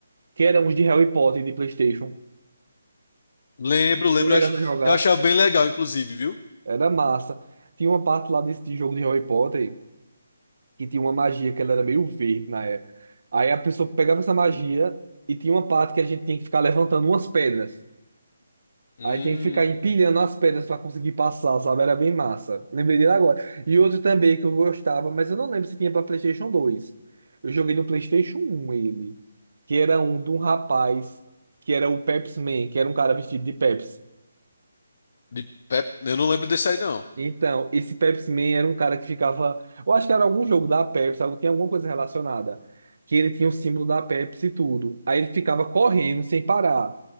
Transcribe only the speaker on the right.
que era uns de Harry Potter de PlayStation?
Eu chegasse
a jogar,
era massa. Tinha uma parte lá desse de jogo de Harry Potter que tinha uma magia que ela era meio verde na época. Aí a pessoa pegava essa magia e tinha uma parte que a gente tinha que ficar levantando umas pedras.
Aí tem que ficar empilhando as pedras para conseguir passar, sabe? Era bem massa. Lembrei dele agora. E outro também que eu gostava, mas eu não lembro se tinha para PlayStation 2. Eu joguei no PlayStation um ele, que era um de um rapaz que era o Pepsi Man, que era um cara vestido de Pepsi.
Então, esse Pepsi Man era um cara que ficava. Eu acho que era algum jogo da Pepsi, algo- tinha alguma coisa relacionada. Que ele tinha o símbolo da Pepsi e tudo. Aí ele ficava correndo sem parar.